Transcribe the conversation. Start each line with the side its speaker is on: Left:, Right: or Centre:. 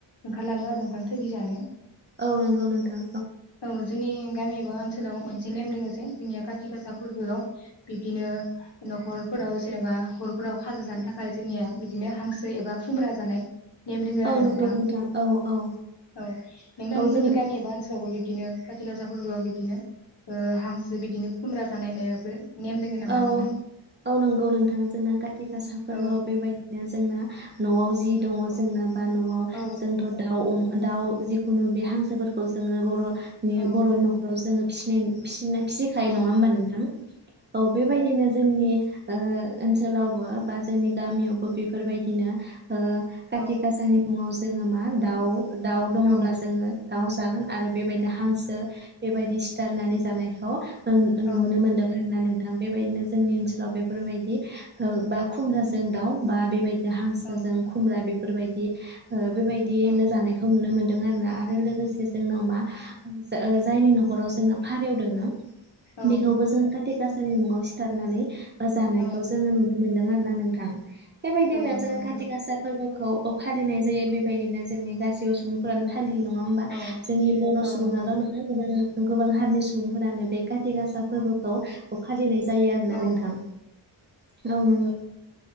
Left: ओंखारलाङो आरो नोंथां थोगि जानो।
Right: औ नंगौ नोंथां
Left: औ जोंनि गामि एबा ओन सोलाव मोनसे नेम दोङो जे जोंनिया काति गासा फोरबोआव बिब्दिनो न'खरफोराव जेनेबा हरफोराव नेम दोङो आरो
Right: औ नंगौ
Left: नोंथां
Right: औ औ
Left: औ नोंथां
Right: औ जों
Left: मोननि गामि एबा ओनसोलावबो बि दिनो काति गासा फोरबोआव बिदिनो ओ हांसो बिदिनो खुमब्रा जानाय मायबाफोर दोङो नामा
Right: औ
Left: नोंथां?
Right: औ नंगौ नोंथां जोंना काति गासा फोरबोआव
Left: औ
Right: बेबायदिनो जोंना न'आव जि दङ' जोंना बा न'आव
Left: औ
Right: जोंथ' दाउ अम दाउ जिखुनु बे हांसोफोरखौ जोङो बर' नुयो
Left: औ
Right: बर' न'खराव जोङो फिसिनाय- फिसिनाय फिसिखायो
Left: औ
Right: नङा होमबा नोंथां? औ बेबायदिनो जोंनि ओ ओनसोलावबो बा जोंनि गामियावबो बेफोरबायदिनो ओ खाथि
Left: औ
Right: गाासानि मुङाव जोङो मा दाउ दाउ दङब्ला
Left: औ
Right: जोङो दाउ जागोन आरो बेबायदिनो हांसो बेबायदि सिथारनानै जानायखौ नुनो
Left: औ
Right: मोनदों आरो ना नोंथां बेबायदिनो जोंनि ओनसोलाव बेफोरबायदि ओ बा खुमब्राजों दाउ बा बेबायदिनो हांसोजों
Left: औ
Right: खुमब्रा बेफोरबायदि ओ बेबायदिनो
Left: औ
Right: जानायखौ नुनो मोनदों। दों आरोना आरो लोगोसे जोंनाव मा जायनि न'खराव जोंना फारौ दङो
Left: औ
Right: बेखौबो जों खाति गाासानि मुङाव सिथारनानै जानायखौ
Left: औ
Right: जोङो नु मोनदों आरो ना नोंथां बेबायदिनो
Left: औ नंगौ
Right: जोङो
Left: नोंथां
Right: खाथि गासा फो खौ फालिनाय जायो बेबायदिनो जोंनि गासैबो सुबुंफोरानो खालि नङा होमबा
Left: औ
Right: जोंनि बर'
Left: औ
Right: सुबुङाल'
Left: नंगौ
Right: नङा गोबां गोबां हारिनि सुबुंफोरानो बे काति गासा फोरबोखौ फालिनाय जायो आरोना
Left: औ
Right: नोंथां औ नंगौ।